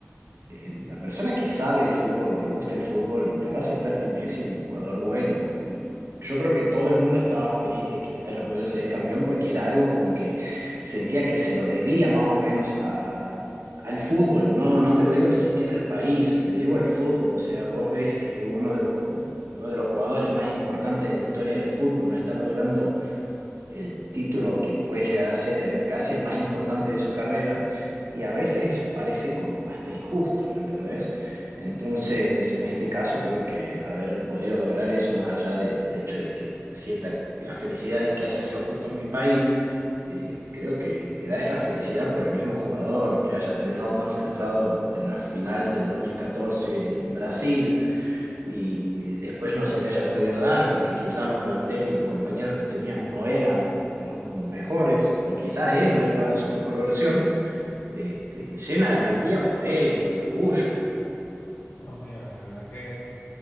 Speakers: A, on the right; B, on the left.
A: eh, la persona que sabe de fútbol o le gusta el fútbol te va a aceptar que Messi es un jugador bueno. Y yo creo que todo el mundo estaba feliz de que haya podido salir campeón porque era algo como que sentía que se lo debía más o menos a, al fútbol. No, no te lo digo ni siquiera al país, te lo digo al fútbol. O sea, vos ves que uno de los, uno de los jugadores más importantes de la historia del fútbol no está logrando el título que puede llegar a ser el- casi el más importante de su carrera y a veces parece como hasta injusto, ¿me entendés? Entonces, en este caso creo que haber podido lograr eso más allá de- del hecho de que sienta la felicidad y que haya sido justo en mi país, eh, creo que te da esa felicidad por el mismo jugador que haya terminado tan frustrado en la final del 2014 en Brasil y después no se le haya podido dar porque quizás los planteles y los compañeros que tenían no eran de los mejores, o quizás él no estaba en su mejor versión, te, te llena de alegría por él y de orgullo.
B: No, mira, la verdad que.